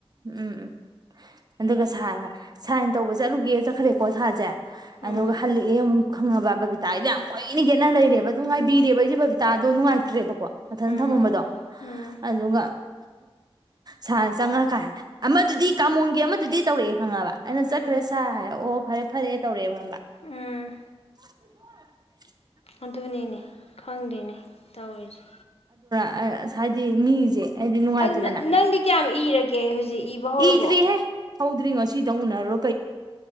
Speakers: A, on the right; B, on the left.
A: ꯎꯝ ꯑꯗꯨꯒ ꯁꯥꯔꯅ ꯁꯥꯔꯅ ꯇꯧꯕ ꯆꯠꯂꯨꯒꯦ ꯆꯛꯈ꯭ꯔꯦꯀꯣ ꯁꯥꯁꯦ
B: ꯎꯝ
A: ꯑꯗꯨꯒ ꯍꯜꯂꯛꯑꯦ ꯑꯃꯨꯛ ꯈꯪꯉꯕ ꯕꯕꯤꯇꯥꯗꯣ ꯌꯥꯝ ꯀꯣꯏꯏꯅꯒꯦꯠꯅ ꯂꯩꯔꯦꯕ ꯑꯗꯨꯝ ꯉꯥꯏꯕꯤꯔꯦꯕ ꯑꯩꯁꯦ ꯕꯕꯤꯇꯥꯗꯣ ꯅꯨꯡꯉꯥꯏꯇ꯭ꯔꯦꯕꯣ ꯀꯣ ꯃꯊꯟ
B: ꯎꯝ
A: ꯊꯝꯃꯝꯕꯗꯣ
B: ꯎꯝ
A: ꯑꯗꯨꯒ ꯁꯥ ꯆꯪꯉꯛꯀꯥꯟꯗ ꯑꯃꯗꯨꯗꯤ ꯀꯥꯃꯣꯣꯡꯒꯤ ꯑꯃꯗꯨꯗꯤ ꯇꯧꯔꯛꯑꯦ ꯍꯪꯉꯕ ꯑꯩꯅ
B: ꯎꯝ
A: ꯆꯠꯈ꯭ꯔꯦ ꯁꯥꯔ ꯍꯥꯏ ꯑꯣ ꯐꯔꯦ ꯐꯔꯦ ꯇꯧꯔꯛ ꯑ
B: ꯎꯝ
A: <inaudible>
B: ꯑꯗꯨꯅꯦꯅꯦ ꯈꯪꯗꯦꯅꯦ ꯇꯧꯔꯤꯁꯦ
A: ꯑ ꯍꯥꯏꯗꯤ ꯃꯤꯁꯦ ꯍꯥꯏꯗꯤ ꯅꯨꯡꯉꯥꯏꯇꯦꯗꯅ
B: ꯑꯗꯨ ꯅꯪꯗꯤ ꯀꯌꯥꯝ ꯏꯔꯒꯦ ꯍꯧꯖꯤꯛ ꯏꯕ ꯍꯧꯔꯕꯣ
A: ꯏꯗ꯭ꯔꯤꯍꯦ ꯍꯧꯗ꯭ꯔꯤꯉꯣ ꯁꯤꯗ ꯎꯅꯔꯣ